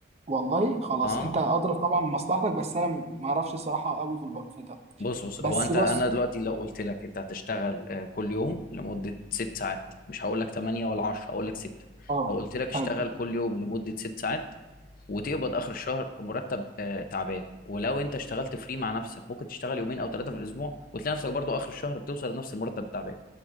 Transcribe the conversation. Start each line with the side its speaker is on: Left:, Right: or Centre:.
Right: والله خلاص
Left: اه
Right: انت ادرى طبعا بمصلحتك بس انا ما اعرفش الصراحة قوي في البر في ده
Left: بص بص
Right: بس
Left: هو انت
Right: بص
Left: انا دلوقتي لو قلت لك انت هتشتغل آه، كل يوم لمده ست ساعات مش هقول لك 8 ولا 10 هقول لك 6
Right: اه
Left: لو قلت لك اشتغل
Right: حلو
Left: كل يوم لمده ست ساعات وتقبض اخر الشهر مرتب آه، تعبان ولو انت اشتغلت فري مع نفسك ممكن تشتغل يومين او ثلاثه في الاسبوع وتلاقي نفسك برضو اخر الشهر بتوصل لنفس المرتب التعبان